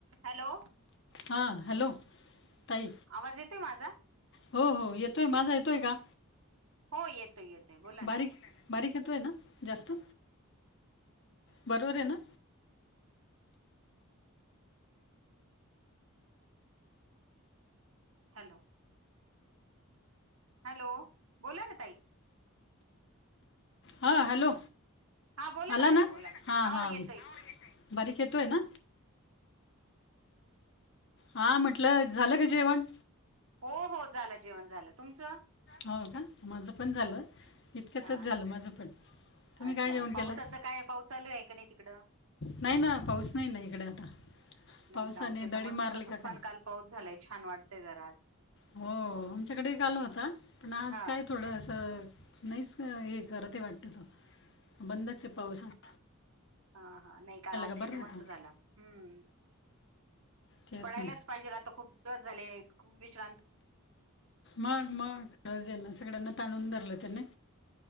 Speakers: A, on the right; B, on the left.
A: Hello?
B: हं, hello? ताई
A: आवाज येतोय माझा?
B: हो हो येतोय, माझा येतोय का?
A: हो येतोय येतोय बोला
B: बारीक
A: ना
B: बारीक येतोय ना, जास्त? बरोबर ये ना?
A: हॅलो? हॅलो? बोला ना ताई.
B: हां, हॅलो?
A: हा बोला
B: आला
A: ताई
B: ना?
A: बोला
B: हां
A: हो
B: हां,
A: येतोय
B: बारीक येतोय ना? हां म्हटलं, झालं का जेवण?
A: हो हो, झालं जेवण झालं, तुमचं?
B: हो का, माझं पण झालं. इतक्यातच
A: हा
B: झालं माझं पण, तुम्ही
A: अच्छा
B: काय जेवण केलं?
A: पावसाचं काय पाऊत? चालू हाय का, नही तिकडं?
B: नही ना, पाऊस नही ना, इकडे आता.
A: नाही
B: पावसाने
A: का, आमच्या इथ
B: दडी
A: मस्त
B: मारली का
A: तुफान
B: काय
A: काल पाऊस झालाय, छान वाटतय जरा आज.
B: हो, आमच्याकडे ही काल होता, पण आज
A: हा
B: काय? थोडंसं नहीच, हे करत ये वाटत तो, बंदच पाऊस हा.
A: हां हां, नही काल आमच्या
B: बरं
A: इथ
B: होतं
A: मस्त झाला, हम्म.
B: तेच
A: पडायलाच
B: ना
A: पाहिजेल आता, खूप दिवस झाले, खूप विश्रांत
B: मंग मंग गरज ना, सगळ्यांना ताणून धरलं, त्याने